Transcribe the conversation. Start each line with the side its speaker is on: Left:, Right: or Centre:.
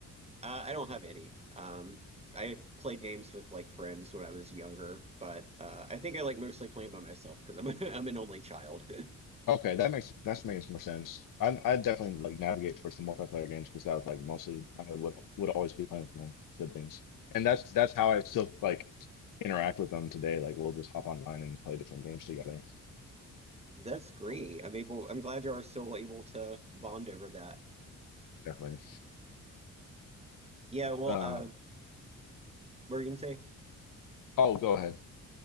Right: Uh, I don't have any. Um, I played games with like friends when I was younger, but uh, I think I like mostly playing by myself because I'm <laughs> I'm an only child. <laughs>
Left: Okay, that makes that makes more sense. I I definitely like navigate towards the multiplayer games because that was like mostly I would would always be playing with my siblings, and that's that's how I still like interact with them today. Like we'll just hop online and play different games together.
Right: That's great.
Left: Oh,
Right: I'm able, I'm glad you are still able to bond over that.
Left: definitely.
Right: Yeah, well,
Left: Uh,
Right: uh, what were you gonna say?
Left: oh, go ahead.